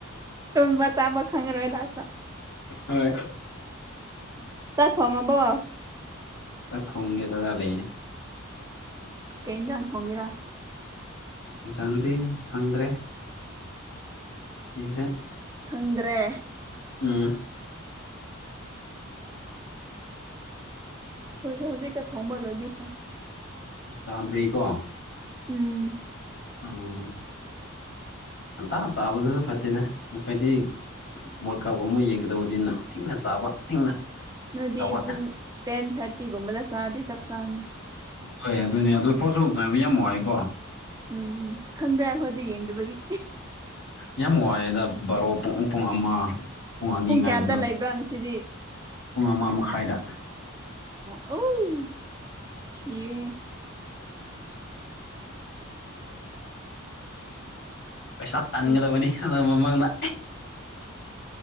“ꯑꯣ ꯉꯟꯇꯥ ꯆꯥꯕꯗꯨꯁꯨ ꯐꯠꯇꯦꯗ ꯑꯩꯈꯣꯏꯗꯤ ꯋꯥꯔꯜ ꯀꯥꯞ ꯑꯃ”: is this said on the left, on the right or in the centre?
Left